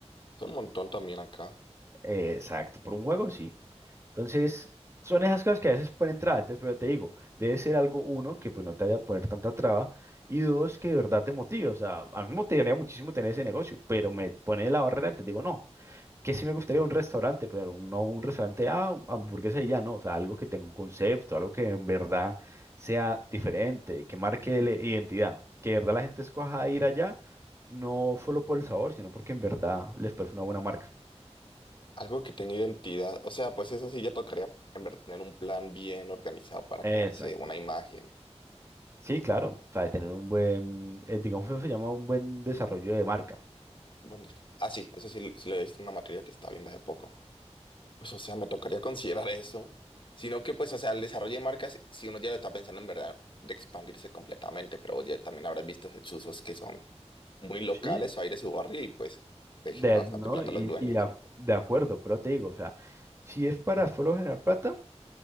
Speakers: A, on the left; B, on the right.
A: Es un montón también acá.
B: Eh, Exacto, por un juego sí. Entonces, son esas cosas que a veces ponen traba. Entonces, pero te digo, debe ser algo, uno, que pues no te vaya a poner tanta traba, y dos, que de verdad te motive. O sea, a mí me motivaría muchísimo tener ese negocio, pero me pone la barrera antes. Digo, no, que sí me gustaría un restaurante, pero no un restaurante, ah, hamburguesa y ya, no. O sea, algo que tenga un concepto, algo que en verdad sea diferente, que marque la identidad, que de verdad la gente escoja ir allá, no solo por el sabor, sino porque en verdad les parece una buena marca.
A: Algo que tenga identidad, o sea, pues eso sí ya tocaría en verdad tener un plan bien organizado para
B: Exacto.
A: crearse una imagen.
B: Sí, claro, o sea, de tener un buen, eh, digamos que se llama un buen desarrollo de marca.
A: Bueno, ah, sí, eso sí, lo- sí lo he visto en una materia que estaba viendo hace poco. Pues, o sea, me tocaría considerar eso. Sino que, pues, o sea, el desarrollo de marcas, si uno ya lo está pensando en verdad de expandirse completamente, pero vos ya también habrás visto esos usos que son muy locales
B: Sí.
A: o hay de su barrio y pues te
B: De,
A: genera bastante
B: ¿no?
A: plata
B: Y,
A: a los dueños.
B: y de, ac- de acuerdo, pero te digo, o sea, si es para solo generar plata,